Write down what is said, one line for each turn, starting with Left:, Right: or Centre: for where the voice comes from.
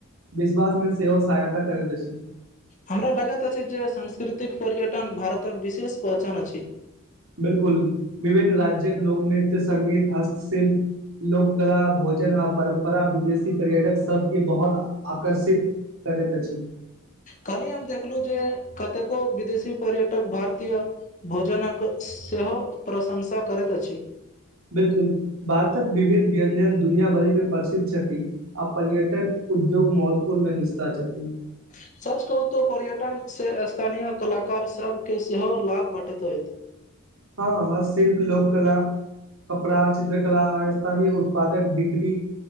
Right: विश्वासमे सेहो सहायता करैत अछि
Left: हमरा लागैत अछि जे सांस्कृतिक पर्यटन भारतक विशेष पहचान अछि
Right: बिलकुल विभिन्न राज्य्यक लोकनृत्य संगीत हस्तशिल्प लोक कला भोजन आ परम्परा विदेशी पर्यटक सबके बहुत आकर्षित तबैत अछी
Left: कहली हम देखलहु जे कतेको विदेशी पर्यटक भारतीय भोजनक सेहो प्रशंसा करैत अछि
Right: बिलकुल भारतक विविध व्यञ्जन दुनिया भरि मे प्रसिद्ध छथि आ पर्यटन उद्योग महत्वपूर्ण मे हिस्सा छथि
Left: <inaudible> सच कहूतो पर्यटनसँ स्थानीय कलाकार सभके सेहो लाभ भेटैत होइत
Right: हँ ह शिल्प लोककला कपड़ा चित्रकला आ स्थानीय उत्पादक बिक्री